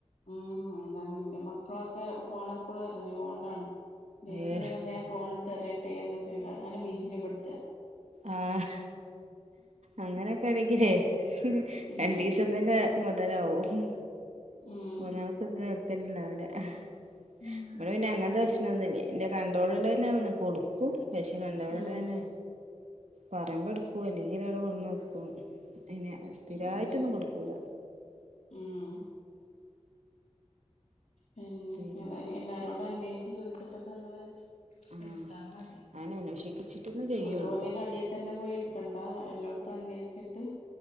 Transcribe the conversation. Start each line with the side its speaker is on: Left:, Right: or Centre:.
Left: ആ അതാണ് എന്റെ മക്കളൊക്കെ ഫോണെപ്പളും എറിഞ്ഞു കൊണ്ടാണ് ദേഷ്യം
Right: ഏഹ്
Left: വരുമ്പോ ഞാൻ ഫോണെടുത്തെറിയട്ടെ എന്നാ ചോദിക്ക അങ്ങനെ ഭീഷണിപ്പെടുത്തുക
Right: ആഹ് അങ്ങനെയൊക്കെ ആണങ്കിലേ
Left: ഉം
Right: രണ്ടിസം തന്നെ മുതലാവൊ ഉം
Left: ഉം
Right: മൂന്നാമത്തെ <unintelligible>
Left: ഉം
Right: ഇവടെ പിന്നെ അങ്ങനത്തെ പ്രേശ്നവൊന്നും ഇല്ല എന്റെ കൺട്രോളുകൊണ്ട് തന്നെയങ്ങു കൊടു ക്കും പക്ഷെ കൺഡ്രോളോട്
Left: ഉം
Right: കൂടി തന്നെ പറയുമ്പോ എടുക്കും അല്ലെങ്കിലവിടെ കൊണ്ടുന്ന് വെക്കും അങ്ങനെ സ്ഥിരവായിട്ടൊന്നും
Left: അത് ശരി
Right: കൊടുക്കൂല
Left: ഉം പിന്നെ
Right: പിന്നെത്താ
Left: ഏതായാലും എല്ലാരോടും അന്വേഷിച്ച് ചോദിച്ചിട്ടൊക്കെ നിങ്ങള്
Right: ആഹ്
Left: എടുത്ത മതി
Right: അയിന് അന്വേഷിച്ചിട്ടന്നെ ചെയ്യുള്ളൂ
Left: ഒരു ഒരേ കടയിൽ തന്നെ പോയി എടുക്കണ്ട എല്ലോടത്തു അന്വേഷി ച്ചിട്ട്